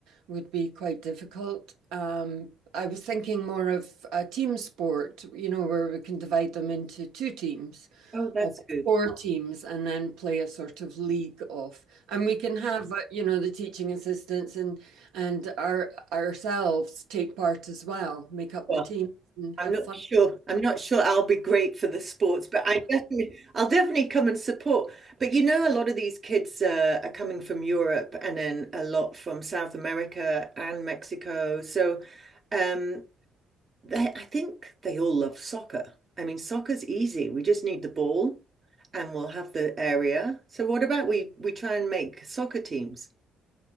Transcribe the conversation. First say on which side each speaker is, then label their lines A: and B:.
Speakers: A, on the right; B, on the right.
A: would be quite difficult. Um, I was thinking more of a team sport, you know, where we can divide them into two teams
B: Oh, that's
A: or
B: good.
A: four teams and then play a sort of league off. And we can have, uh, you know, the teaching assistants and and our ourselves take part as well, make up
B: Well,
A: the team and
B: I'm
A: have
B: not
A: fun.
B: sure. I'm not sure I'll be great for the sports, but I definitely, I'll definitely come and support. But you know, a lot of these kids uh, are coming from Europe and then a lot from South America and Mexico. So um, they, I think they all love soccer. I mean, soccer's easy. We just need the ball and we'll have the area. So what about we we try and make soccer teams?